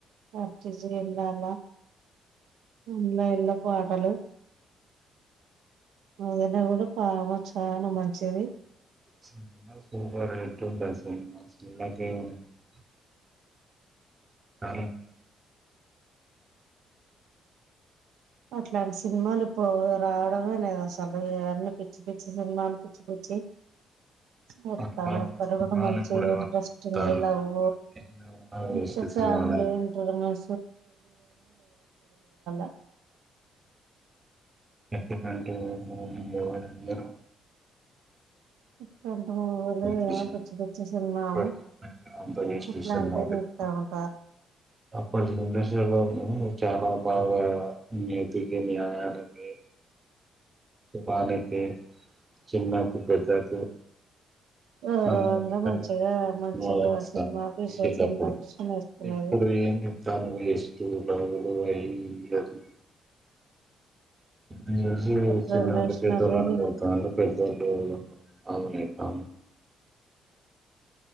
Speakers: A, on the right; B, on the right.
A: పట్టిజ ఎల అలా ఇల ఇల పాటలు అదన్న కూడా బాగా చాలా మంచిది
B: స సూపర్ రటు ఉంటది సినిమా <unintelligible> ఆ
A: అట్లాంటి సినిమాలు ఇప్పు రావడమే లేదు అసలు ఇవన్ని పిచ్చి పిచ్చి సినిమాలు పిచ్చి పిచ్చి చెస్తారు
B: అట్లాంటి
A: ఒక్కటి
B: సినిమాలు
A: కూడా మంచి
B: ఇప్పుడు ఎవరు
A: ఇంట్రెస్టింగ్
B: తీత్తాలు
A: లవ్
B: ఎవరు తీసినా కూడా
A: మంచి
B: వేస్ట్
A: ఫ్యామిలీ
B: సినిమాలే
A: ఇంటర్నల <unintelligible>
B: ఎట్టున్నట్టు మూరం ముర
A: ఇట్టాంటి మూవీలు
B: తీసిన
A: ఏ పిచ్చి పిచ్చి సినిమాలు
B: ఇప్పటి జనరేషన్ అంతా వేస్ట్
A: అట్లాంటివి
B: సినిమాలు
A: తీత్తా
B: తీత్తారు
A: ఉంటారు
B: అప్పటి జనరేషన్ లోనూ చాలా బాగా నీతికి న్యాయానికి వానికి చిన్నకు పెద్దకు
A: గౌరవంగా
B: <unintelligible>
A: మంచిగా మంచిగా సినిమా విష సినిమాలు చూసి నేర్చుకునేది
B: ఇప్పుడు ఏం చెప్తాను వేస్ దు <unintelligible> ఈ రోజు
A: ఇప్పుడు ట్రెడిషనల్
B: చిన్నళ్ళు పెద్దోళ్ళు
A: గా
B: అనబడతాండు పెద్దోళ్ళు అవునే కా